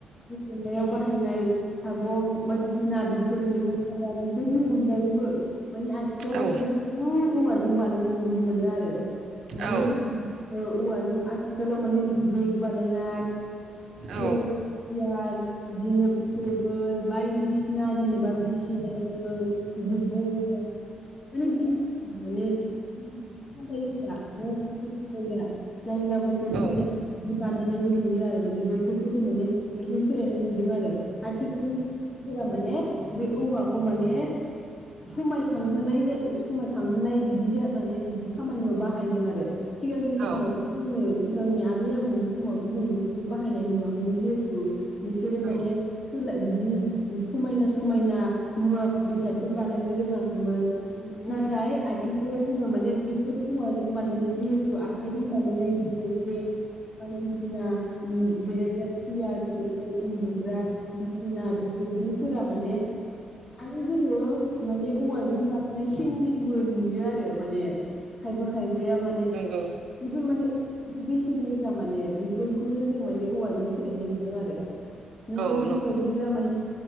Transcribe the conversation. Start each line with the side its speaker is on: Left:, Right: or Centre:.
Left: <unintelligible> संनायाव बाहायनाय सागं बायदिसिना बेफोर मैगं खादा बेफोरनि अनगायैबो मानि आथिखाल
Right: औ
Left: जों <unintelligible> औवा जों बानायनाय नुनो मोनो आरो। माने
Right: औ
Left: जोंङो ओ औवा जों आथिखालाव माने जों बेग बानायना
Right: औ
Left: जिरायग्रा सियार बिदिनो टेबोल बायदि सिना जेनेबा बिसिनाफोर बिदि बग्रा माने <unintelligible> माने <unintelligible> जायगाफोरखौ साजाय
Right: औ
Left: <unintelligible> बानायनायबो नुयो आरो माने बेफोरखौ जों माने एसे सोलायनाय नुदों आरो। आथिखालनि सुबुंफोरा माने बे औवाखौ माने समायखांहोनाय जे समायखांहोनाय बिदि माने बिदि खामानियाव बाहायदों आरो। सिगांनि समावथ'
Right: औ
Left: जोङो सिगांनि आबै आबौनि समावथ' जों बेफोरखौ बाहायनाय नुवाखैमोन जेहे थु। बिसोरो माने
Right: औ
Left: सोलाय बिदि समायना समायना मुवा बेसादफोर बानायनो रोङाखैमोन। नाथाय आथिखालाव जोङो माने बेफोर औवाजों बानायनाय जिहेथु आखाइजों बानायनाय जेहेतु बेग बायदिसिना ओम जिरायग्रा सियार टेबोल उन्दुग्रा बिसिना बेफोरदिफोरा माने आरो जोङो माने औवाजों बानायनाय सेन्देलबो नुयो आरो माने। खायफा खायफाया माने बेफोर
Right: नंगौ
Left: माने बेसेन गोसा माने बेफोरखौनो जों माने औवाजों <unintelligible> नुदों आरो नोंथांनि
Right: औ नंगौ
Left: बायदिब्ला माने